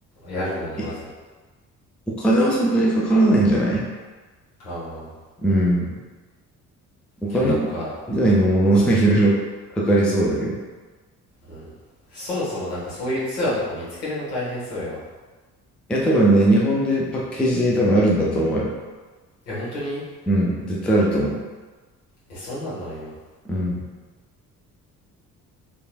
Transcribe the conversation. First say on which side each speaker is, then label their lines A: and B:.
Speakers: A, on the left (about 75°); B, in the centre.
A: やるのにまず
B: え、お金はそんなにかからないんじゃない
A: ああ、
B: うん。お金
A: けどなんか、
B: 以外のものがいろいろ <laughs> かかりそうだけど。い
A: うん、そもそもなんかそういうツアーとか見つけるの大変そうやわ
B: や、多分ね、日本でパッケージで多分あるんだと思うよ。
A: え本当に
B: うん。絶対あると思う。
A: えそんなんなんよ
B: うん。